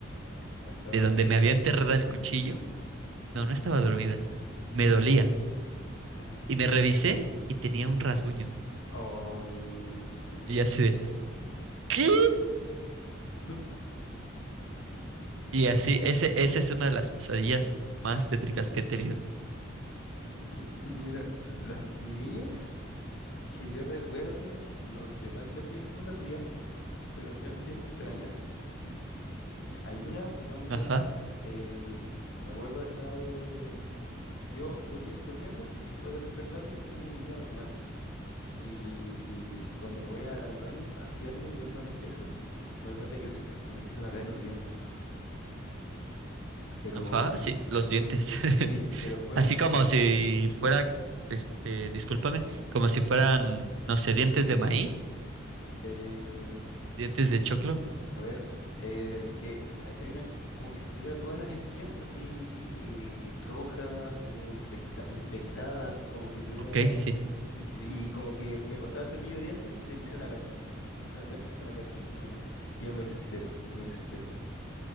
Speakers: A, on the left; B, on the right.
A: está
B: de
A: dormida.
B: donde me había enterrado el cuchillo, no, no estaba dormida. Me dolía.
A: Ah,
B: Y me revisé y tenía un rasguño.
A: oh, brígido.
B: Y así de, ¿qué?
A: M-
B: Y así, ese, esa es una de las pesadillas más tétricas que he tenido.
A: <laughs> Mira, las mías que yo recuerde no han sido tan terribles como la tuya, pero sí han sido extrañas. Hay una donde
B: Ajá.
A: eh, me acuerdo he estado yo durmi- durmiendo y después de despertarme y hacer mi rutina normal. Y cuando me voy al, al baño a asearme y verme al espejo, me doy cuenta que se, se me empiezan a caer los dientes. Pero
B: Ajá, sí, los
A: fue,
B: dientes. <laughs>
A: sí, pero fue
B: Así
A: un,
B: como si fuera, este, discúlpame, como si fueran, no sé, dientes de maíz,
A: eh,
B: dientes de choclo.
A: A ver, eh, es que hay, hay una, como que si tuviera todas las encías así eh, rojas, como infecta- infectadas, como que tuviera
B: Ok,
A: la...
B: sí.
A: Sí, sí, sí, y como que me pasaba el cepillo de dientes y se empezaron a caer. Se empiezan a caer, se empiezan a caer, se empiezan a caer. Y yo me desespero, me desespero.